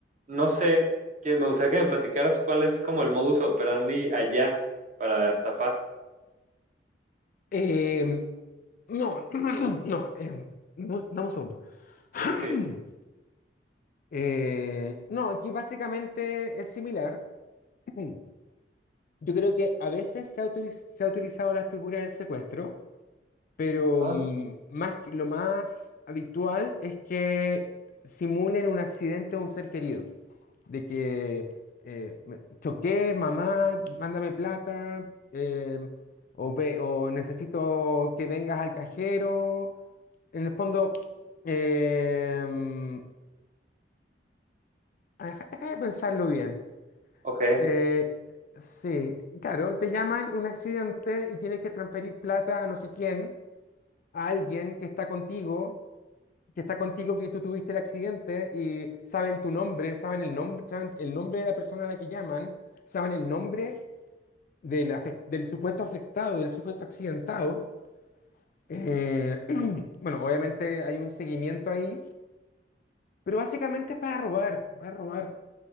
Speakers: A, on the right (about 45°); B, on the left (about 50°).
A: no sé, que me gustaría que me platicaras cuál es como el modus operandi allá para estafar. <laughs>
B: Em, no, <clears throat> no, em, dame un dame un segundo. <clears throat>
A: Sí, sí.
B: Eh, no, aquí básicamente es similar. <clears throat> Yo creo que a veces se ha, utiliz- se ha utilizado la figura del secuestro, Pero
A: Ah,
B: mm, más, que- lo más habitual es que simulen un accidente a un ser querido. De que eh, me- choqué, mamá, mándame plata, eh, o, ve- o necesito que vengas al cajero. En el fondo, em, deja, deja de pensarlo bien.
A: ok.
B: Eh, sí, claro, te llaman un accidente y tienes que transferir plata a no sé quién, a alguien que está contigo que está contigo, que tú tuviste el accidente y saben tu nombre, saben el nombre, saben el nombre de la persona a la que llaman, saben el nombre del, afec- del supuesto afectado, del supuesto accidentado. Eh, <clears throat> bueno, obviamente hay un seguimiento ahí, pero básicamente es para robar, para robar.